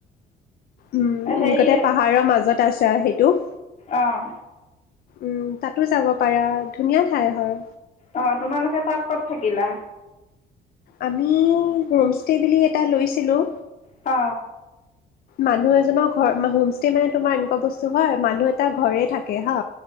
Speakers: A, on the left; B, on the left.
A: উম
B: অঁ হেৰি
A: গোটেই পাহাৰৰ মাজত আছে সি টো
B: আহঁ
A: উম তাতো যাব পাৰা ধুনীয়া ঠাই হয়
B: অ তোমালোকে তাত ক'ত থাকিলা
A: আমি হোম ষ্টে বুলি এটা লৈছিলোঁ
B: অ
A: মানুহ এজনৰ ঘৰ হোমষ্টে মানে তোমাৰ এনেকুৱা বস্তু হয় মানুহ এটা ঘৰে থাকে হা